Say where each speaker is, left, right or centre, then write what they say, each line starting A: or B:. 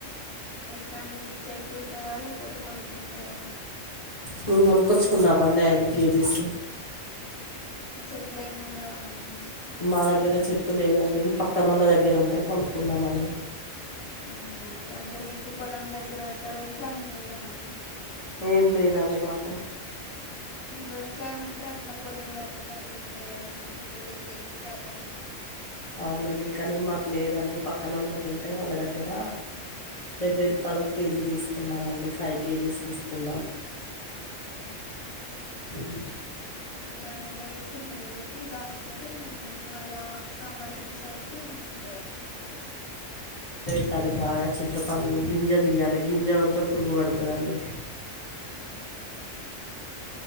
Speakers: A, on the left (about 85°); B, on the left (about 40°).
A: ఎట్లా అంటడి మీకు చెట్టు ఉంటదా లేకపోతే కొనుక్కుంటారా
B: మేము కొనుక్కొచ్చుకున్నామండి ఐదు కేజీస్
A: చెట్లు ఏమి ఉండవా అండి మీకు
B: మా దగ్గర చెట్టు లేదండి పక్కనోళ్ళ దగ్గర ఉండే కొనుక్కున్నామండి
A: అవునాండి అంటే మీకు పొలం దగ్గర అట్లా వ్యవసాయం లేదా అండి
B: ఏం లేదండి మాకు
A: వ్యవసాయం ఉంటే అట్లా పొలంగట్ గట్ల ఉంటాయి కదా అండి చింత చెట్లు ఎక్కువ శాతం
B: అవునండి కానీ మాకు లేదండి పక్కనోళ్ళకు ఉంటే వాళ్ళ దగ్గర డెబ్బై రూపాయలకు కేజీ తీసు కున్నామండి ఫైవ్ కేజెస్ తీసుకున్నాం
A: అవునా అండి
B: ఉమ్.
A: ఇప్పుడు దాన్ని ఎండ పెట్టి గింజ తీసి దాసుకుంటే ఇగ మనకు మళ్ళా సమ్మార్ వచ్చేసరికి ఉంటది అన్నట్టు
B: ట్టాలి బాగా చింతపండ్లు గింజ తీయాలి గింజ ఉంటే పురుగు పడ్ డుతది అండి
A: హు అండి